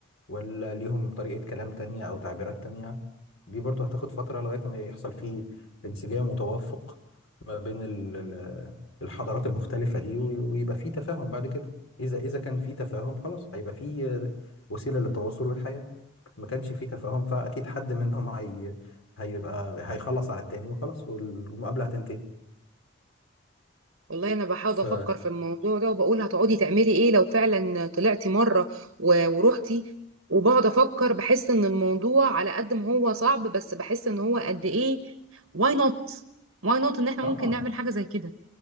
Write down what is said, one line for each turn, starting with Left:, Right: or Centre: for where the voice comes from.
Left: ولا ليهم طريقة كلام تانية أو تعبيرات تانية دي برضه هتاخد فترة لغاية ما يحصل فيه انسجام وتوافق ما بين ال- ال- الحضارات المختلفة دي وي- ويبقى فيه تفاهم بعد كده إذا إذا كان فيه تفاهم خلاص هيبقى فيه وسيلة للتواصل والحياة ما كانش فيه تفاهم فأكيد حد منهم هي هيبقى هيخلص على التاني وخلاص والمقابلة هتنتهي
Right: والله انا بحاول
Left: ف
Right: افكر في الموضوع ده وبقول هتقعدي تعملي ايه لو فعلا طلعتي مره و- ورحتي وبقعد افكر بحس ان الموضوع على قد ما هو صعب بس بحس ان هو قد ايه واي نوت واي نوت ان احنا
Left: اه
Right: ممكن نعمل حاجه زي كده